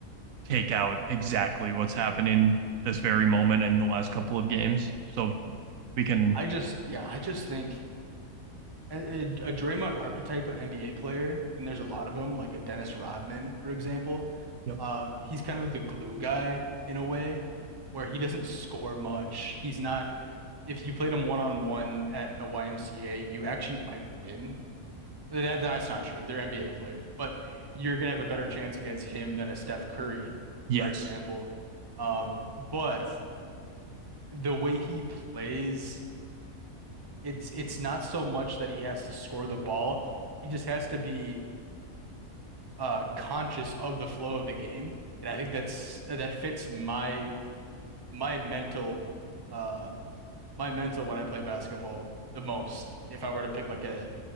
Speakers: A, on the right; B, on the right.
A: take out exactly what's happening this very moment in the last couple of games. So we can.
B: I just, yeah, I just think a, a, a Draymond archetype of NBA player, and there's a lot of them, like a Dennis Rodman, for example.
A: Yep.
B: Uh, he's kind of the glue guy in a way, where he doesn't score much. He's not. If you played him one on one at a YMCA, you actually might win That that's not true. They're NBA players, but you're gonna have a better chance against him than a Steph Curry,
A: Yes.
B: for example. Um, but the way he plays, it's it's not so much that he has to score the ball. He just has to be uh conscious of the flow of the game. And I think that's that fits my my mental uh my mental when I play basketball the most. If I were to pick like a,